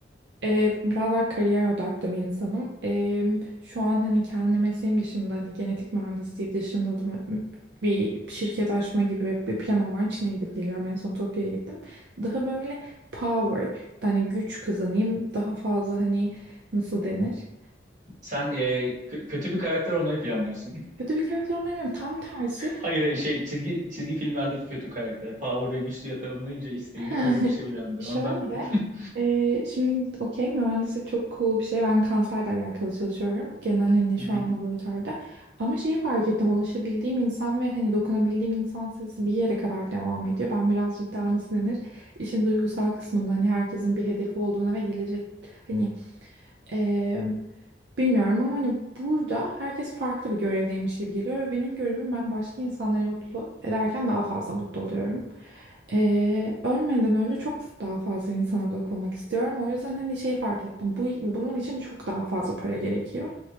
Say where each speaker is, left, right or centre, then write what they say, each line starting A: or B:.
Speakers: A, on the right; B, on the right.
A: e, biraz daha kariyer odaklı bir insanım. E, şu an hani kendi mesleğim dışında hani genetik mühendisliği dışında da bir şirket açma gibi bir planım var. Çin'e gidip geliyorum. En son Tokyo'ya gittim. Daha böyle power, hani güç kazanayım. Daha fazla hani nasıl denir?
B: Sen ee, kö- kötü bir karakter olmayı planlıyorsun.
A: Kötü bir karakter olmayayım. Tam tersi.
B: <laughs> Hayır hayır, şey çizgi çizgi filmlerdeki kötü karakter. Power ve güçlüye tanımlayınca isteğini
A: <laughs>
B: öyle bir şey uyandı.
A: Şöyle,
B: Ondan dedim. <laughs>
A: e, şimdi okey mühendislik çok cool bir şey. Ben kanserle alakalı çalışıyorum. Genel hani şu
B: Hı hı.
A: an laboratuvarda. Ama şeyi fark ettim. Ulaşabildiğim insan ve hani dokunabildiğim insan sayısı bir yere kadar devam ediyor. Ben birazcık daha nasıl denir? işin duygusal kısmında hani herkesin bir hedefi olduğuna ve gelecek hani ee, bilmiyorum ama hani burada herkes farklı bir görevdeymiş gibi geliyor ve benim görevim ben başka insanları mutlu ederken daha fazla mutlu oluyorum. Ee, ölmeden önce çok daha fazla insana dokunmak istiyorum. O yüzden hani şey fark ettim. Bu, bunun için çok daha fazla para gerekiyor.